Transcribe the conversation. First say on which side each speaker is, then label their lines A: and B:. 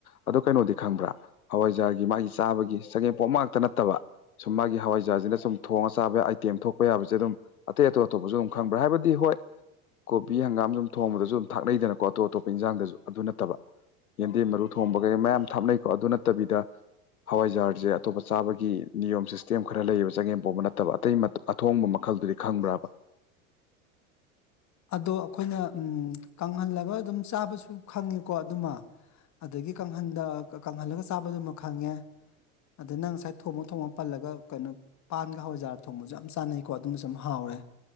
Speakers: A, on the left (about 85°); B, on the left (about 40°).
A: ꯑꯗꯣ ꯀꯩꯅꯣꯗꯤ ꯈꯪꯕ꯭ꯔꯥ ꯍꯋꯥꯏꯖꯥꯔꯒꯤ ꯃꯥꯒꯤ ꯆꯥꯕꯒꯤ ꯆꯒꯦꯝ ꯄꯣꯝꯕ ꯉꯥꯛꯇ ꯅꯠꯇꯕ ꯁꯨꯝ ꯃꯥꯒꯤ ꯍꯋꯥꯏꯖꯥꯔꯁꯤꯅ ꯁꯨꯝ ꯊꯣꯡꯉ ꯆꯥꯕ ꯑꯥꯏꯇꯦꯝ ꯊꯣꯛꯄ ꯌꯥꯕꯁꯦ ꯑꯗꯨꯝ ꯑꯇꯩ ꯑꯇꯣꯞ ꯑꯇꯣꯞꯄꯁꯨ ꯑꯗꯨꯝ ꯈꯪꯕ꯭ꯔꯥ ꯍꯥꯏꯕꯗꯤ ꯍꯣꯏ ꯀꯣꯕꯤ ꯍꯪꯒꯥꯝ ꯁꯨꯝ ꯊꯣꯡꯕꯗꯁꯨ ꯊꯥꯛꯅꯩꯗꯅꯀꯣ ꯑꯇꯣꯞ ꯑꯇꯣꯞꯄ ꯏꯟꯖꯥꯡꯗꯖꯨ ꯑꯗꯨ ꯅꯠꯇꯕ ꯌꯦꯟꯗꯦꯝ ꯃꯔꯨ ꯊꯣꯡꯕꯒꯩ ꯃꯌꯥꯝ ꯊꯥꯛꯅꯩ ꯀꯣ ꯑꯗꯨ ꯅꯠꯇꯕꯤꯗ ꯍꯋꯥꯏꯖꯥꯔꯁꯦ ꯑꯇꯣꯞꯄ ꯆꯥꯕꯒꯤ ꯅꯤꯌꯣꯝ ꯁꯤꯁꯇꯦꯝ ꯈꯔ ꯂꯩꯌꯦꯕ ꯆꯒꯦꯝ ꯄꯣꯝꯕ ꯅꯠꯇꯕ ꯑꯇꯩ ꯑꯊꯣꯡꯕ ꯃꯈꯜꯗꯨꯗꯤ ꯈꯪꯕ꯭ꯔꯕ
B: ꯑꯗꯣ ꯑꯩꯈꯣꯏꯅ ꯎꯝ ꯀꯪꯍꯜꯂꯒ ꯑꯗꯨꯝ ꯆꯥꯕꯁꯨ ꯈꯪꯉꯤꯀꯣ ꯑꯗꯨꯃ ꯑꯗꯒꯤ ꯀꯪꯍꯟꯗ ꯀꯪꯍꯜꯂꯒ ꯆꯥꯕꯗꯨꯃ ꯈꯪꯉꯦ ꯑꯗ ꯅꯪ ꯉꯁꯥꯏ ꯊꯣꯡꯉ ꯊꯣꯡꯉ ꯄꯜꯂꯒ ꯀꯩꯅꯣ ꯄꯥꯟꯒ ꯍꯋꯥꯏꯖꯥꯔ ꯊꯣꯡꯕꯁꯨ ꯌꯥꯝ ꯆꯥꯟꯅꯩꯀꯣ ꯑꯗꯨꯝꯕꯁꯨ ꯍꯥꯎꯔꯦ